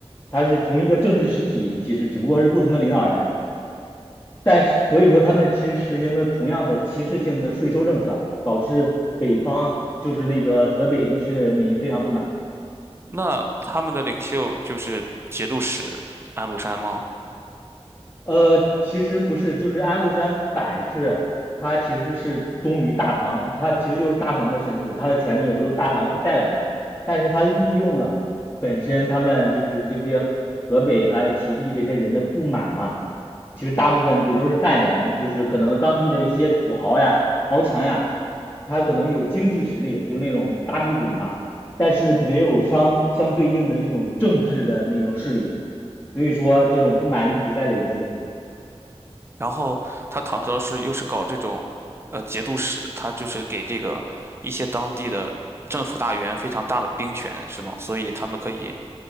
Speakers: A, on the left (about 25°); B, on the right (about 20°).
A: 它是同一个政治实体，其实只不过是不同的领导人，但是所以说他们其实实行的同样的歧视性的税收政策，导致北方就是那个河北地区的人民非常不满。
B: 那他们的领袖就是节度使安禄山吗？
A: 呃，其实不是，就是安禄山反是，他其实是忠于大唐，他其实就是大唐的臣子，他的权利也都是大唐带来的，但是他利用了本身他们就是这些河北还有齐地这些人的不满嘛，其实大部分也都是汉人，就是可能当地的一些土豪呀、豪强呀，他可能有经济实力，就是那种大地主嘛，但是没有相相对应的这种政治的那种势力，所以说这种不满一直在累积。
B: 然后他唐朝是又是搞这种，呃，节度使，他就是给这个一些当地的政府大员非常大的兵权，是吗？所以他们可以。